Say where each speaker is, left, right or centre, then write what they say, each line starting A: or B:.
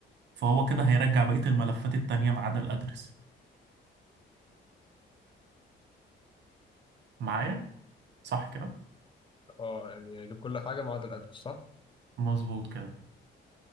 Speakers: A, on the right; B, on the left.
A: فهو كده هيرجع بقية الملفات التانية ما عدا الادرس معايا صح كده
B: اه يعني يجيب كل حاجه ما عدا الادرس صح
A: مظبوط كده